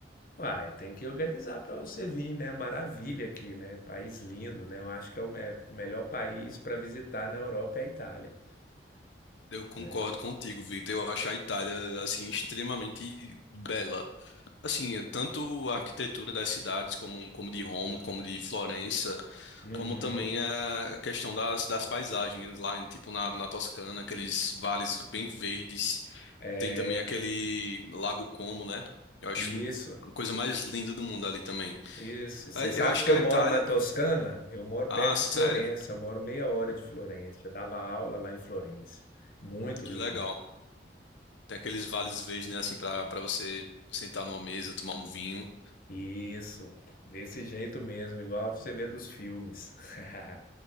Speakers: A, on the left; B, on the left.
A: Uai, tem que organizar para você vir, né? Maravilha aqui, né? País lindo, né? Eu acho que é o me- melhor país para visitar na Europa é a Itália,
B: Eu concordo
A: né?
B: contigo, Victor. Eu acho a Itália, assim, extremamente bela. Assim, tanto a arquitetura das cidades, como, como de Roma, como de Florença,
A: Uhum.
B: como também a questão das, das paisagens lá, tipo na, na Toscana, aqueles vales bem verdes.
A: é,
B: Tem também aquele Lago Como, né? Eu acho
A: Isso.
B: uma coisa mais linda do mundo ali também.
A: Isso, você
B: Ah, Eu
A: sabe
B: acho
A: que
B: que
A: eu
B: a
A: moro
B: Itália.
A: na Toscana? Eu moro
B: Ah,
A: perto de
B: sério?
A: Florença, moro meia hora de Florença. Eu dava aula lá em Florença. Muito
B: Que
A: linda.
B: legal. Tem aqueles vales verdes, né? Assim, pra, pra você sentar numa mesa, tomar um vinho.
A: Isso, desse jeito mesmo, igual você vê dos filmes. <laughs>